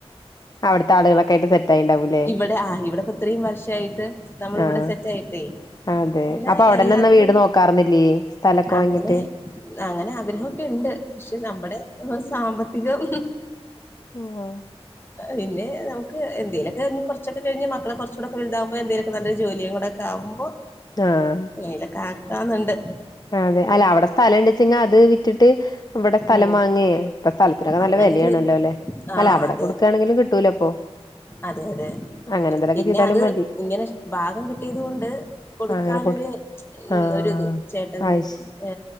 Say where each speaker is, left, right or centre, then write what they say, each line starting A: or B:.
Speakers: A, on the left; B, on the left.
A: അവിടുത്തെ ആളുകളൊക്കെ ആയിട്ട് സെറ്റ് ആയിണ്ടാവൂലേ
B: ഇവിടെ ആ ഇവിടെപ്പോ ഇത്രയും വർഷയിട്ട് നമ്മൾ ഇവിടെ
A: ആഹ്
B: സെറ്റ് ആയിട്ടേ
A: അതെ
B: പിന്നെ
A: അപ്പൊ അവിടെതന്നെ
B: എല്ലാത്തിനും
A: വീട് നോക്കാർന്നില്ലേ സ്ഥലൊക്കെ
B: അങ്ങനെ
A: വാങ്ങിട്ട്
B: അങ്ങനെ ആഗ്രഹമൊക്കെ ഉണ്ട് പക്ഷെ നമ്മുടെ സാമ്പത്തികം
A: ആഹ്
B: പിന്നെ നമുക്ക് എന്തേലൊക്കെ കുറച്ചെക്കെ കഴിഞ്ഞ് മക്കള് കുറച്ചുടെക്കെ ഇതാവുമ്പോ എന്തേലുക്കെ നല്ലൊരു ജോലിയുടെ ഒക്കെ ഇതാകുമ്പോ
A: ആഹ്
B: ഇങ്ങനെ കാക്കന്നണ്ട്
A: അതെ അല്ലെ അവിടെ സ്ഥലം ഉണ്ടെന്ന് വെച്ച അത് വിറ്റിട്ട് ഇവിടെ സ്ഥലം
B: ഉം
A: വാങ്ങിയെ ഇപ്പം സ്ഥലത്തിനൊക്കെ നല്ല
B: അങ്ങനൊരു
A: വിലയാണല്ലോ അല്ലെ
B: ആഹ്
A: അല്ല അവിടെ
B: അതെ
A: കൊടുക്കുകയാണെങ്കിലും കിട്ടൂലൊ അപ്പൊ
B: അതെ അതെ
A: അങ്ങനെ എന്തെലൊക്കെ
B: പിന്നെ
A: ചെയ്താലും
B: അത്
A: മതി
B: ഇങ്ങനെ ഭാഗം കിട്ടിയത് കൊണ്ട് കൊടുക്കാനൊരു
A: ആഹ് അങ്ങനെ കൊടു
B: ഉം
A: ആഹ്
B: ഒരിത് ഉം
A: അയ്ശ
B: ഏ